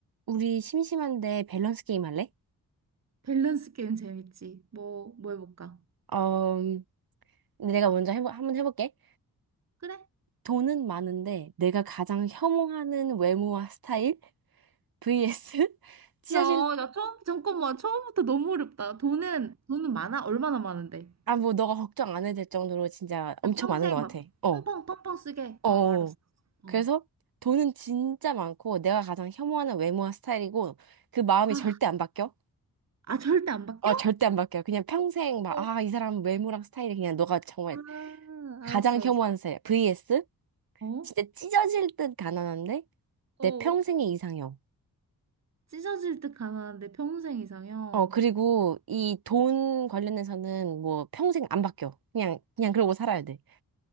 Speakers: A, on the right (about 75°); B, on the right (about 45°).
A: 우리 심심한데 밸런스 게임 할래?
B: 밸런스 게임 재밌지. 뭐, 뭐 해볼까?
A: 어, 내가 먼저 해보, 한번 해볼게.
B: 그래?
A: 돈은 많은데 내가 가장 혐오하는 외모와 스타일 vs <laughs> 찢어질
B: 야, 나 처음, 잠깐만. 처음부터 너무 어렵다. 돈은, 돈은 많아? 얼마나 많은데?
A: 아 뭐 너가 걱정 안 해도 될 정도로 진짜
B: 그냥
A: 엄청
B: 평생
A: 많은 것 같아.
B: 막
A: 어,
B: 펑펑, 펑펑 쓰게.
A: 어.
B: 어,
A: 어.
B: 알았어. 어.
A: 그래서 돈은 진짜 많고 내가 가장 혐오하는 외모와 스타일이고 그 마음이
B: 아,
A: 절대 안 바뀌어.
B: 아, 절대 안 바뀌어?
A: 어, 절대 안 바뀌어. 그냥 평생 막,
B: 어,
A: 아, 이 사람 외모랑 스타일이 그냥 너가 정말
B: 아,
A: 가장
B: 알았어, 알았어.
A: 혐오하는 스타일. vs
B: 어?
A: 진짜 찢어질 듯 가난한데
B: 어.
A: 내 평생의 이상형.
B: 찢어질 듯 가난한데 평생 이상형.
A: 어, 그리고 이 돈 관련해서는 뭐 평생 안 바뀌어. 그냥, 그냥 그러고 살아야 돼.